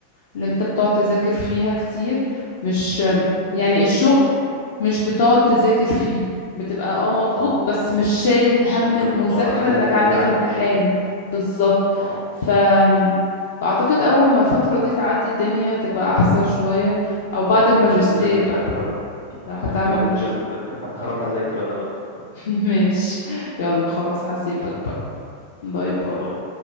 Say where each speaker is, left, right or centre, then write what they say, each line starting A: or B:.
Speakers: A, on the left; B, on the left.
A: اللي انت بتقعد تذاكر فيها كتير مش يعني الشغل مش بتقعد تذاكر فيه بتبقى اه مضغوط
B: اه
A: بس مش شايل هم
B: بس انت
A: المذاكرة
B: وراك حاجه
A: انك
B: بتعملها
A: عندك
B: عارف
A: امتحان
B: ايه هي
A: بالظبط
B: اه
A: ف فأعتقد أول ما الفترة دي تعدي الدنيا تبقى أحسن شوية أو بعد الماجستير
B: على ذكر المذاكره
A: بقى
B: بقى
A: لو هتعمل
B: على ذكر
A: ماجستير
B: المذاكره <laughs> هروح اذاكر انا بقى
A: <laughs> ماشي يلا خلاص هسيبك بقى
B: <laughs>
A: باي باي
B: باي